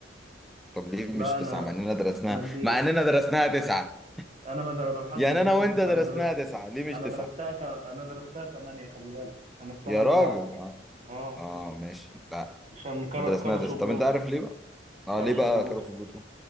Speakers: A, in the centre; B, on the right.
A: طب ليه مش
B: لا
A: تسعة
B: أنا
A: مع اننا درسناها
B: أنا جديد
A: مع اننا درسناها تسعة
B: أنا ما در- ما لحقتش
A: يعني
B: أدرسها
A: انا وانت
B: لسه
A: درسناها
B: أنا درست
A: تسعة ليه مش
B: أنا
A: تسعة
B: درستها ت... أنا درستها تمانية خلي بالك أنا السنة
A: يا
B: اللي
A: راجل
B: بعد
A: اه
B: أه
A: اه
B: <laughs>
A: ماشي لا
B: عشان كر...
A: ما درسناها
B: كرشوا
A: تسعة
B: بلوتو
A: طب انت عارف ليه بقى اه
B: كرشوا
A: ليه بقى
B: بلوتو
A: كانوا في بلوتو